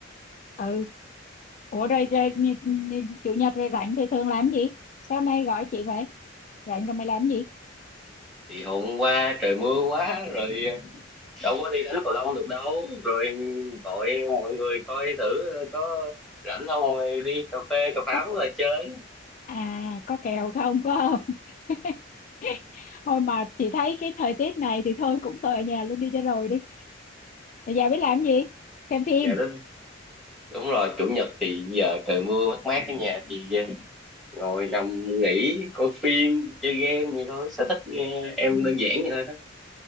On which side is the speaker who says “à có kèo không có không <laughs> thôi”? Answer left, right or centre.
Left